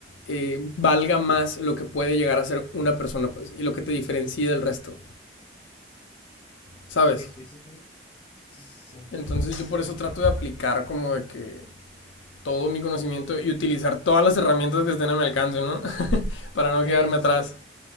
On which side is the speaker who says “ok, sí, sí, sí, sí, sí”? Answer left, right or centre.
Left